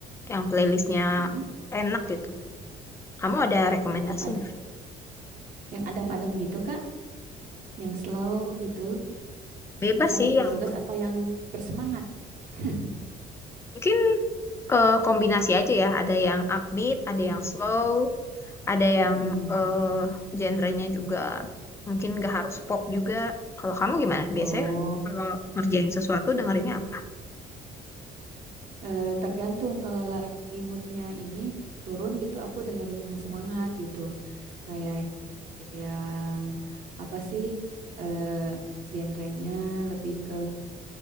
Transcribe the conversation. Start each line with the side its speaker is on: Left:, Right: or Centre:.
Left: yang playlistnya
Right: mm,
Left: enak gitu. Kamu ada rekomendasi
Right: yang adem-adem,
Left: nggak?
Right: yang adem-adem gitu kak, yang slow gitu,
Left: Bebas
Right: sambil
Left: sih yang
Right: nugas apa yang bersemangat? <laughs>
Left: mungkin eh, kombinasi aja ya. Ada yang upbeat, ada
Right: Mm,
Left: yang slow, ada yang
Right: mm-mm.
Left: eh genrenya juga mungkin nggak harus pop juga. Kalau kamu gimana? Biasanya
Right: Oh,
Left: kalau ngerjain sesuatu dengerinnya apa?
Right: eh, tergantung kalau lagi moodnya ini turun gitu, aku dengerin yang semangat gitu, kayak yang apa sih eh, genrenya lebih ke